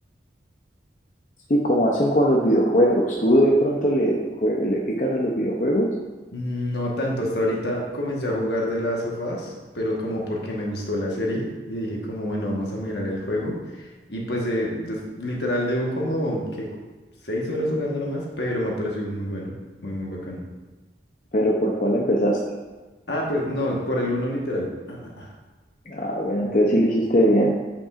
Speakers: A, on the left (about 45°); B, on the left (about 75°).
A: Sí, como hacen con los videojuegos. Tú de pronto le, jue- le picas a los videojuegos,
B: No tanto, hasta ahorita comencé a jugar de las sofás, pero como porque me gustó la serie y dije como bueno, vamos a mirar el juego y pues eh, des- literal llevo como que seis horas jugando nomás, pero me pareció muy bueno, muy muy bacano.
A: pero ¿por cuál empezaste?
B: Ah, pues no, por el uno literal. Ah, ah, ah.
A: Ah, bueno, entonces sí lo hiciste bien.